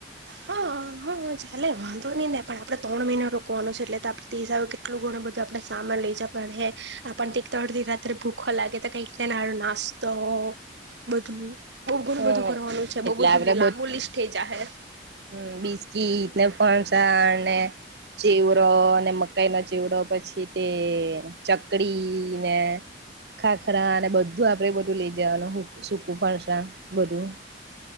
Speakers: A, on the right; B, on the right.
A: હા હ હા ચાલે વાંધ નઈ ન પણ આપણે ત્રણ મહિનાનો રોકવાનો છે એટલે તો આપણેસ આવ કેટલું ગણું બધું આપડ લજ પણ હે આપ ત અડધી રાત્ર ભૂખ લાગે તો કઈ નાડું નાસ્તો બધું બહુ ઘણું
B: હમ
A: બધું કરવારનું છે બહુ
B: એટલે
A: બધું
B: આપડે
A: લાંબુ લિસ્ટ થઈ જહે
B: હમ બિસ્કીટ ને ફણસા ને ચેવરો અને મકાઈ ન ચીવરો પછી તે ચકડી ને ખાખરા અને બધું આપડે બધું લઈ જવાનું સૂકું ફણસા બદું